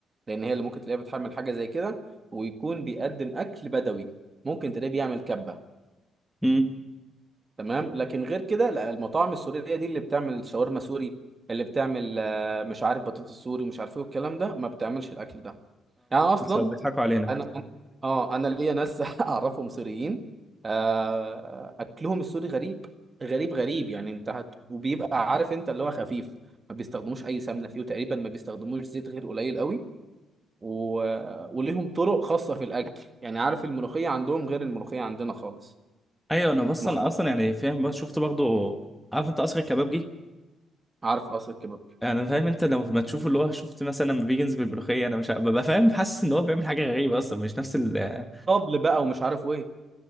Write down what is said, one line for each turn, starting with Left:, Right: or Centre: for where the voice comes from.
Right: لان هي اللي ممكن تلاقيها بتحمل حاجه زي كده ويكون بيقدم اكل بدوي ممكن تلاقيه بيعمل كبه
Centre: امم
Right: تمام لكن غير كده لا المطاعم السوريه دي اللي بتعمل شاورما سوري اللي بتعمل آه، مش عارف بطاطس سوري مش عارف ايه والكلام ده ما بتعملش الاكل ده يعني اصلا
Centre: بيضحكوا علينا
Right: انا أنا- اه انا ليا ناس <laughs> اعرفهم سوريين آه، اكلهم السوري غريب غريب غريب يعني انت هت... وبيبقى عارف انت اللي هو خفيف ما بيستخدموش اي سمنه فيه وتقريبا ما بيستخدموش زيت غير قليل قوي و... وليهم طرق خاصة في الأكل يعني عارف الملوخية عندهم غير الملوخية عندنا خالص
Centre: ايوه انا بس
Right: مخ...
Centre: انا اصلا يعني فاهم بس شفت برضه عارف انت قصر الكبابجي
Right: عارف قصر الكباب
Centre: انا فاهم انت لو ما تشوف اللي هو شفت مثلا لما بيجي ينزل بالملوخيه انا مش ه- ببقى فاهم حاسس ان هو بيعمل حاجه غريبه اصلا مش نفس ال
Right: طبل بقى ومش عارف ايه